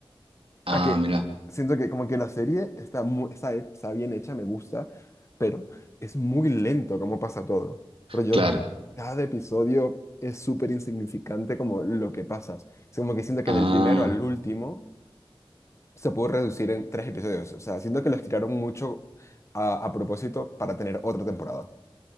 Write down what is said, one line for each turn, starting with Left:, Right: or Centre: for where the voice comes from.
Right: Ah,
Left: A que
Right: mirá,
Left: siento que como que la serie está, mu- está, he- está bien hecha, me gusta, pero es muy lento como pasa todo. Pero yo,
Right: claro.
Left: cada episodio es súper insignificante como lo que pasa. O como que siento que
Right: Ah.
Left: del primero al último se pudo reducir en tres episodios. O sea, siento que lo estiraron mucho a, a propósito para tener otra temporada.